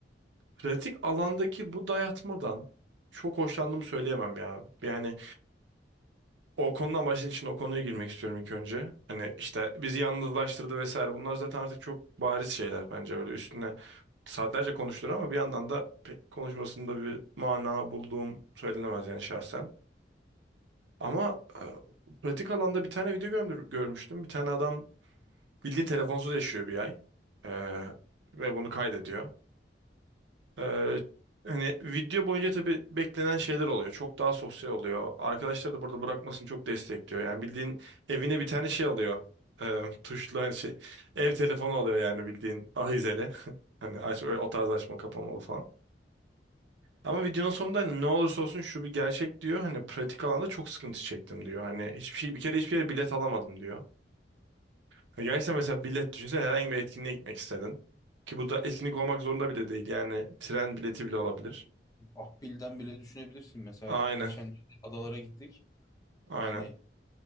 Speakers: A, on the right; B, on the left.
A: Pratik alandaki bu dayatmadan çok hoşlandığımı söyleyemem ya. Yani o konudan başladığın için o konuya girmek istiyorum ilk önce. Hani işte bizi yalnızlaştırdı vesaire. Bunlar zaten artık çok bariz şeyler bence öyle üstüne saatlerce konuşulur ama bir yandan da pek konuşmasında bir mana bulduğum söylenemez yani şahsen. Ama e, pratik alanda bir tane video gömdür- görmüştüm. Bir tane adam bildiğin telefonsuz yaşıyor bir ay. E, ve bunu kaydediyor. Ee, hani video boyunca tabii beklenen şeyler oluyor. Çok daha sosyal oluyor. Arkadaşlar da burada bırakmasını çok destekliyor. Yani bildiğin evine bir tane şey alıyor. Ee, tuşlu hani şey. Ev telefonu alıyor yani bildiğin ahizeli. <laughs> Hani aç, öyle o tarz açma kapamalı falan. Ama videonun sonunda hani ne olursa olsun şu bir gerçek diyor. Hani pratik alanda çok sıkıntı çektim diyor. Hani hiçbir şey bir kere hiçbir yere bilet alamadım diyor. Hani gerçekten mesela bilet düşünsen herhangi bir etkinliğe gitmek istedin. Ki bu da etkinlik olmak zorunda bile değil. Yani tren bileti bile olabilir.
B: Akbil'den bile düşünebilirsin. Mesela
A: Aynen.
B: geçen adalara gittik.
A: Aynen.
B: Yani